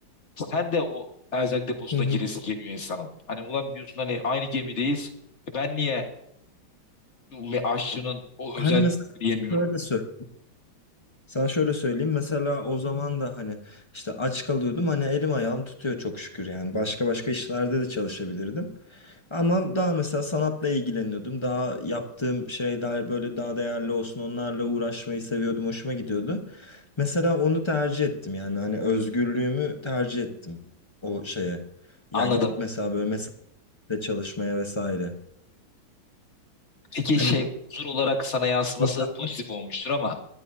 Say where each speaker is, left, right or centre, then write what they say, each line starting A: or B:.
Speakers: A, on the left; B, on the left.
A: sen de o erzak deposuna
B: Hı hı.
A: giresi geliyor insanın. Hani ulan diyorsun hani aynı gemideyiz. E, Ben niye bu ve aşçının o
B: Hani
A: özel
B: mesela
A: yemiyorum?
B: şöyle söyle. Sana şöyle söyleyeyim mesela o zaman da hani işte aç kalıyordum hani elim ayağım tutuyor çok şükür yani başka başka işlerde de çalışabilirdim. Ama daha mesela sanatla ilgileniyordum daha yaptığım şeyler böyle daha değerli olsun onlarla uğraşmayı seviyordum hoşuma gidiyordu. Mesela onu tercih ettim yani hani özgürlüğümü tercih ettim o şeye. Yani
A: Anladım.
B: gidip mesela böyle mesela çalışmaya vesaire.
A: Peki
B: Hani
A: şey huzur olarak sana yansıması
B: mesela
A: pozitif olmuştur ama